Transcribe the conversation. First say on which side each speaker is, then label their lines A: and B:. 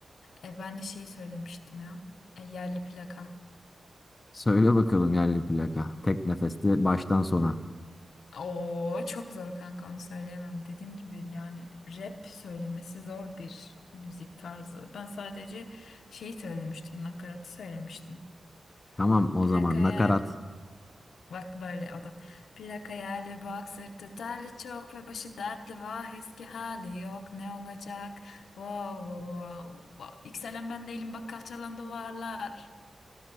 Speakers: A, on the left; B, on the left.
A: E, ben de şey söylemiştim ya. E, yerli plaka.
B: Söyle bakalım yerli plaka. Tek nefeste baştan sona.
A: Oo çok zor kanka onu söyleyemem. Dediğim gibi yani rap söylemesi zor bir müzik tarzı. Ben sadece şey söylemiştim, nakaratı söylemiştim.
B: Tamam o
A: Plak
B: zaman
A: hayali.
B: nakarat.
A: Bak böyle o da. Plak hayali bak sırtı terli çok ve başı dertli vah eski hali yok ne olacak. Wow, wow, wow. Yükselen ben değilim bak kalçalandı varlar.